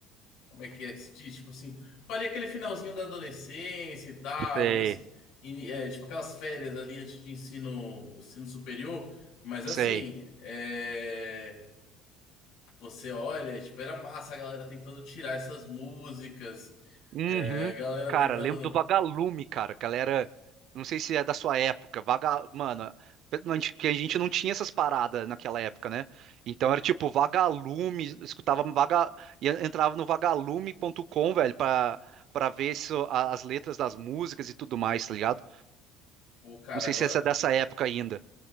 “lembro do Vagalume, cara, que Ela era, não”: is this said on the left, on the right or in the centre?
Right